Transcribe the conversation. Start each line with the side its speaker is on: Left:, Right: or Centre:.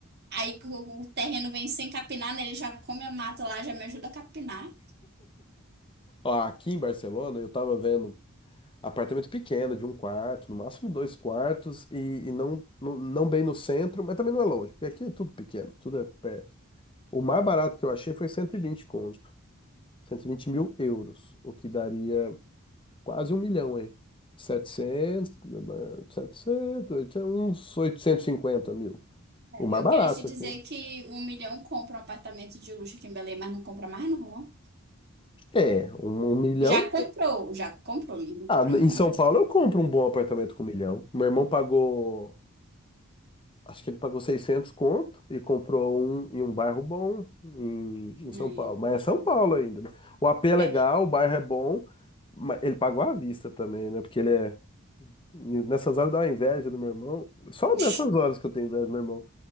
Right: Aí que o o terreno vem sem capinar, né? Ele já come a mato lá, já me ajuda a capinar.
Left: Ó, aqui em Barcelona, eu tava vendo apartamento pequeno, de um quarto, no máximo dois quartos, e, e não, não, não bem no centro, mas também não é longe, porque aqui é tudo pequeno, tudo é perto. O mais barato que eu achei foi 120 conto, cento e vinte mil euros, o que daria quase um milhão aí. setecentos eh, 700, oitocentos uns oitocentos e cinquenta mil.
Right: É,
Left: O mais
Right: Eu
Left: barato
Right: queria te dizer
Left: aqui.
Right: que um milhão compra um apartamento de luxo aqui em Belém, mas não compra mais, não. ó.
Left: É, um, um milhão.
Right: Já comprou, já comprou, mesmo, não
Left: Ah,
Right: compra mais,
Left: em
Right: não.
Left: São Paulo eu compro um bom apartamento com um milhão. Meu irmão pagou, acho que ele pagou 600 conto e comprou um em um bairro bom em,
Right: Né?
Left: em São Paulo. Mas é São Paulo ainda, né? O AP é
Right: É.
Left: legal, o bairro é bom, mas ele pagou à vista também, né? Porque ele é. Nessas horas dá uma inveja do meu irmão. Só
Right: <laughs>
Left: nessas horas que eu tenho inveja do meu irmão.